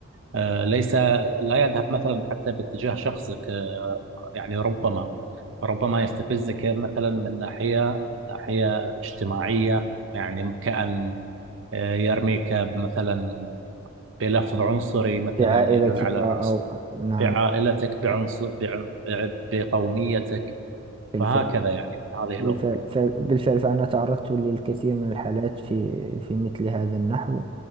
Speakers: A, on the right; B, on the right.
A: آه، ليس لا يذهب مثلا حتى باتجاه شخصك آه، يعني ربما ربما يستفزك مثلا من ناحية من ناحية اجتماعية يعني كأن يرميك مثلا بلفظ عنصري مثلا
B: في عائلتك
A: يدل على
B: أو
A: عنصر
B: نعم
A: بعائلتك بعنصر بع- بع- بقوميتك
B: بالفعل
A: فهكذا يعني من هذه
B: بالفعل
A: الأمور
B: ف- بالفعل فأنا تعرضت للكثير من الحالات في في مثل هذا النحو